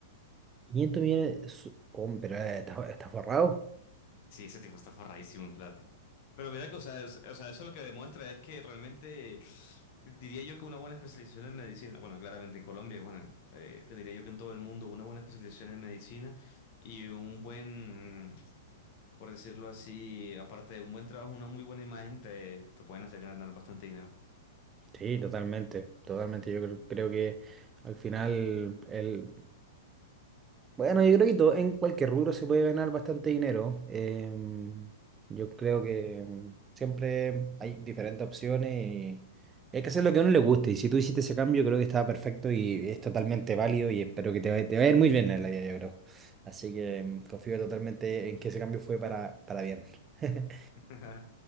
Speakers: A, on the right; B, on the left.
A: quinientos millones. de su- Hombre, está, está forrado.
B: Sí, ese tipo está forradísimo en plata. Pero mira que, o sea, es- o sea, eso lo que demuestra es que realmente diría yo que una buena especialización en medicina, bueno, claramente en Colombia, bueno, eh, que diría yo que en todo el mundo, una buena especialización en medicina y un buen, por decirlo así, aparte de un buen trabajo, una muy buena imagen, te, te pueden hacer ganar bastante dinero.
A: Sí, totalmente. Totalmente. Yo creo, creo que al final él Bueno, yo creo que todo, en cualquier rubro se puede ganar bastante dinero. Em, yo creo que em, siempre hay diferentes opciones y y hay que hacer lo que a uno le guste. Y si tú hiciste ese cambio, creo que estaba perfecto y es totalmente válido y espero que te vaya, te vaya a ir muy bien en la vida, yo creo. Así que em, confío totalmente en que ese cambio fue para, para bien. <laughs>
B: <laughs>